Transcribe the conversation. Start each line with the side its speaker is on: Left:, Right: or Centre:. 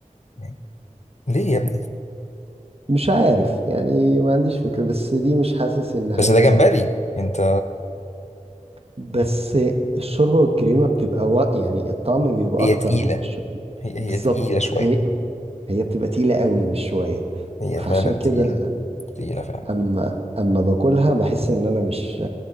Left: يعني ليه يا ابني
Right: مش عارف يعني ما عنديش فكرة بس دي مش حاسس ان هي
Left: بس ده جمبري انت
Right: بس الشوربة والكريمة بتبقى و... يعني الطعم بيبقى
Left: هي
Right: أكتر
Left: تقيلة
Right: من الشوربة
Left: هي
Right: بالظبط
Left: هي تقيلة شوية
Right: هي هي بتبقى تقيلة قوي مش شوية
Left: هي
Right: فعشان
Left: فعلا
Right: كده
Left: تقيلة تقيلة فعلا
Right: أما أما باكلها بحس إن أنا مش